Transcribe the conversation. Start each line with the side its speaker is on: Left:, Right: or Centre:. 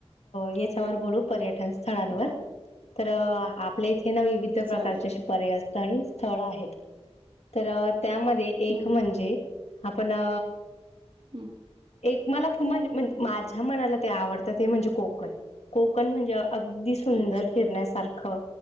Left: याच्यावर बोलू पर्यटन. स्थळांवर.
Right: हा
Left: तर आपले इथे. हेना विविध प्रकारचे
Right: चालेल
Left: शिपार्या असतात. चालून स्थळ आहेत तर. त्यामध्ये एक
Right: हम्म
Left: म्हणजे. आपण अ
Right: हम्म
Left: एक मला खू मध्ये. माझ्या मनाला ते आवडतं ते म्हणजे कोकण कोकण म्हणजे अगदी सुंदर
Right: अच्छा
Left: फिरण्यासारखं